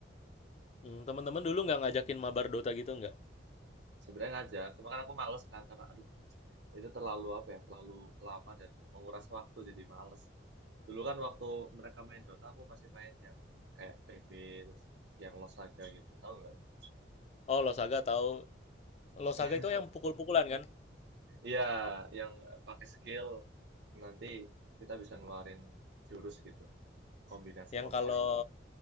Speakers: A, on the left; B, on the right.
A: Hmm, teman-teman dulu nggak ngajakin mabar Dota gitu nggak?
B: Sebenarnya ngajar, cuma kan aku males kan karena aduh itu terlalu apa ya, terlalu lama dan menguras waktu jadi males. Dulu kan waktu mereka main Dota aku masih main yang kayak PB terus yang Lost Saga gitu, tahu nggak itu?
A: Oh, Losaga tahu.
B: <laughs>
A: Losaga itu yang pukul-pukulan kan?
B: Iya, yang pakai skill nanti kita bisa ngeluarin jurus gitu, kombinasi-kombinasi.
A: Yang kalau